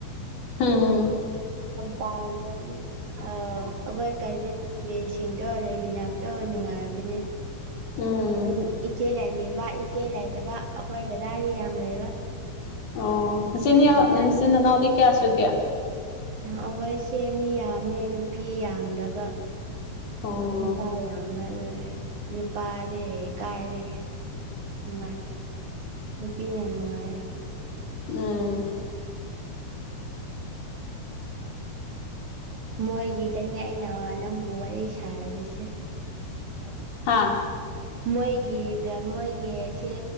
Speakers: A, on the left (about 40°); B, on the right (about 55°).
A: ꯍꯝ
B: ꯄꯝꯕ ꯑꯥꯎ ꯑꯩꯈꯣꯏ ꯀꯥꯖꯤꯡꯒꯤ ꯁꯤꯡꯗꯣ ꯂꯩꯃꯤꯟꯅꯕꯗꯣ ꯅꯨꯡꯉꯥꯏꯕꯅꯦ
A: ꯎꯝ
B: ꯑꯩꯗꯤ ꯏꯆꯦ ꯂꯥꯏꯅꯤꯡꯕ ꯏꯆꯦ ꯂꯩꯇꯕ ꯑꯩꯈꯣꯏ ꯗꯗꯥꯗꯤ ꯌꯥꯝ ꯂꯩꯕ
A: ꯑꯣꯆꯤꯟꯅꯤ
B: ꯗꯗꯥ
A: ꯅꯆꯤꯟ ꯅꯅꯥꯎꯗꯤ ꯀꯌꯥ ꯁꯨꯒꯦ
B: ꯉꯥꯛꯕ ꯏꯆꯦ ꯃꯤ ꯌꯥꯝꯃꯦ ꯅꯨꯄꯤ ꯌꯥꯝꯗꯕ
A: ꯑꯣ
B: ꯅꯨꯄꯥ ꯌꯥꯝ ꯂꯩ ꯅꯨꯄꯥꯗꯤ ꯀꯥꯏꯗꯒ‌ꯦ ꯅꯨꯡꯉꯥꯏꯇꯦ ꯅꯨꯄꯤꯅ ꯅꯨꯡꯉꯥꯏꯌ‌ꯦ
A: ꯎꯝ
B: ꯃꯣꯏꯒꯤꯗꯅꯦ ꯑꯩꯅ ꯅꯪꯕꯨ ꯋꯥꯔꯤ ꯁꯥꯔꯔꯤꯁꯦ ꯎꯝ <unintelligible>
A: ꯍꯥꯥ
B: ꯃꯣꯏꯒꯤꯗ ꯃꯣꯏꯒꯤꯁꯦ